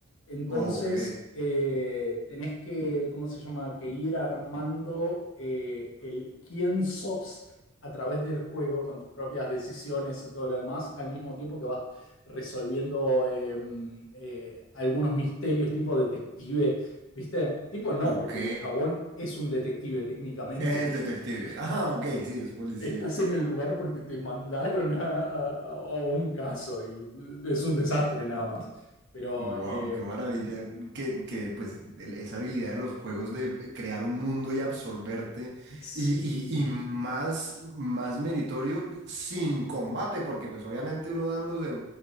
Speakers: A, on the left; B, on the right.
A: Entonces,
B: ok,
A: eh, tenés que, ¿cómo se llama? Que ir armando eh, el quién sos a través del juego con tus propias decisiones y todo lo demás, al mismo tiempo que vas resolviendo eh, mm, eh, algunos misterios tipo detective, ¿viste? Tipo no,
B: ok.
A: porque el chabón es un detective técnicamente.
B: Es
A: <laughs>
B: detective. <laughs> Ah, ok, sí, es policía.
A: Estás en el lugar porque te mandaron a, a- a un caso y es un desastre nada más. Pero...
B: Wow,
A: eh,
B: qué maravilla. Que, que pues el- esa habilidad de los juegos de crear un mundo y absorberte.
A: Sí.
B: Y, y, y más, más meritorio sin combate, porque pues obviamente uno dándose